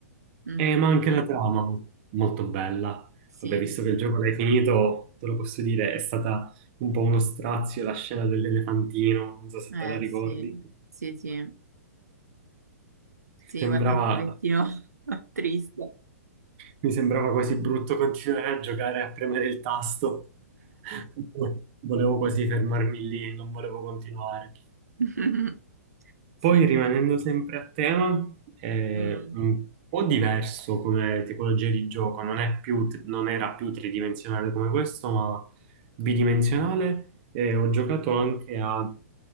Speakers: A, on the right (about 80°); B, on the right (about 45°).
A: mhm,
B: Eh, ma anche la trama mo- molto bella.
A: Sì,
B: Vabbè, visto che il gioco l'hai finito, te lo posso dire, è stata un po' uno strazio la scena dell'elefantino, non so se
A: eh
B: te la ricordi.
A: sì, sì, sì, sì,
B: Sembrava,
A: guarda un pochettino <laughs> triste.
B: mi sembrava quasi brutto continuare a giocare a premere il tasto. <laughs> Volevo quasi fermarmi lì, non volevo continuare.
A: <laughs> Sì.
B: Poi, rimanendo sempre a tema, è
A: Mm,
B: un po' diverso come tipologia di gioco, non è più- non era più tridimensionale come questo, ma bidimensionale. E ho giocato anche a